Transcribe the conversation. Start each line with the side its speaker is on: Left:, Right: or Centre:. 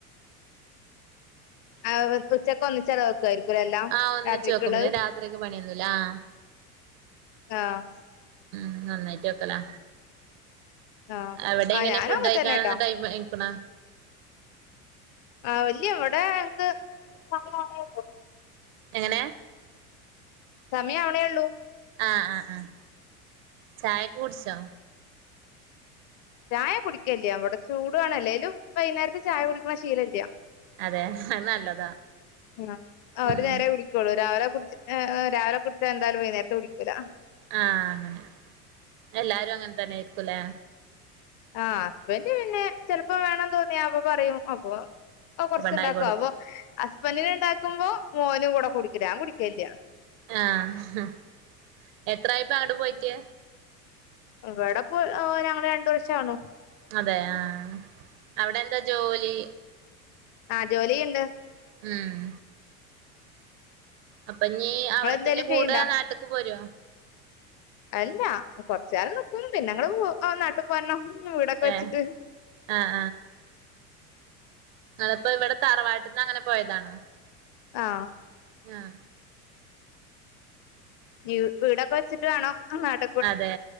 Left: ആഹ് ഉച്ചക്കൊന്നിച്ചങ്ങ്ട് വെക്കായിരിക്കൂലേല്ലാം
Right: ആഹ് ഒന്നിച്ച്
Left: രാത്രിക്ക്‌ള്ളത്?
Right: വെക്കും പിന്നെ രാത്രിക്ക് പണിയൊന്നൂല്ലാ ആഹ്.
Left: ആഹ്.
Right: ഉം ഒന്നായിട്ട് വെക്കലാ.
Left: ആഹ്
Right: അവിടെങ്ങനെ
Left: ആഹ് ഞാനും
Right: ഫുഡഴിക്കാന്ള്ള
Left: അങ്ങനെ തന്നെട്ടോ
Right: ടൈമായിക്ക്‌ണാ?
Left: ആഹ് ഇല്ല്യാ ഇവടെ ഞങ്ങക്ക്‌ സമയാവ്ണേള്ളൂ.
Right: എങ്ങനെ?
Left: സമയാവ്ണേള്ളൂ.
Right: ആഹ് ആ ആഹ്. ചായൊക്കെ കുടിച്ചോ?
Left: ചായ കുടിക്കലില്ല്യാ. വടെ ചൂടോള്ളേണ്. അല്ലേലും വൈന്നേരത്ത് ചായ കുടിക്കണ ശീലീല്ല്യ.
Right: അതെ? അത് നല്ലതാ.
Left: ആഹ്. ആഹ്
Right: ഉം
Left: ഒരു നേരെ കുടിക്കൊള്ളൂ. രാവിലെ കുടിച് ആഹ് ആഹ് രാവിലെ കുടിച്ച എന്തായാലും വൈന്നേരത്ത് കുടിക്കൂല.
Right: ആഹ് അങ്ങനെ. എല്ലാരും അങ്ങൻതന്നെ ആയിരിക്കുംലേ?
Left: ആഹ് ഹസ്ബൻഡ് പിന്നെ ചെൽപ്പോ വേണം തോന്നിയാ അപ്പൊ പറയും. അപ്പൊ പ്പോ കൊറച്ച്ണ്ടാക്കും.
Right: അപ്പൊ ഉണ്ടാക്കി കൊടുക്കും
Left: അപ്പൊ ഹസ്ബൻറിന്ണ്ടാക്കുമ്പോ മോനും കൂടെ കുടിക്കും. ഞാ കുടിക്കലില്ല.
Right: ആഹ. എത്രായിപ്പ ആട് പോയിട്ട്?
Left: ഇവിടെപ്പോ ആ ഞങ്ങള് രണ്ടു വർഷാവുണു.
Right: അതെ ആ. അവിടെ എന്താ ജോലി?
Left: ആ ജോലിയുണ്ട്.
Right: ഉം. അപ്പ ഞ്ഞി
Left: നിങ്ങളെന്തേലും
Right: അവിടെത്തന്നെ കൂടെ
Left: ചെയ്യണ്ടാ
Right: നാട്ട്ക്ക് പോരോ?
Left: അല്ല കൊറചാള് നിക്കും. പിന്നെങ്ങള് പോകും. ഓ നാട്ടു പോരണം. വീടൊക്കെ വെച്ട്ട്.
Right: ഏ ആഹ് അതിപ്പോ ഇവിടെ തറവാട്ടിന്ന് അങ്ങനെ പോയതാണൊ.
Left: ആഹ.
Right: ആഹ.
Left: വീ വീടൊക്കെ വച്ചിട്ട് വേണം അങ്ങാട്ട
Right: അതെ.